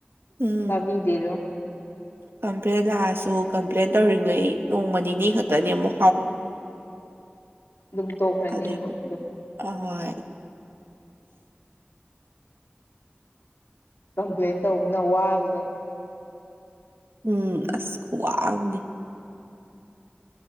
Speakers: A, on the right; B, on the left.
A: ꯎꯝ
B: ꯇꯕꯤꯗꯦꯗꯣ
A: ꯀꯝꯄ꯭ꯂꯦꯟ ꯂꯥꯛꯑꯁꯨ ꯀꯝꯄ꯭ꯂꯦꯟ ꯇꯧꯔꯤꯉꯩ ꯅꯣꯡꯃ ꯅꯤꯅꯤ ꯈꯛꯇꯅꯤ ꯑꯃꯨ
B: ꯎꯝ ꯑꯗꯨꯝ ꯇꯣꯛꯈ꯭ꯔꯅꯤꯕ
A: ꯑꯗꯩ ꯑꯃꯨꯛ
B: ꯑꯗꯨꯝ
A: ꯑꯍꯣꯏ
B: ꯀꯝꯄ꯭ꯂꯦꯟ ꯇꯧꯕꯅ ꯋꯥꯕꯗꯣ
A: ꯎꯝ ꯑꯁ ꯈꯨꯋꯥꯝꯅꯤ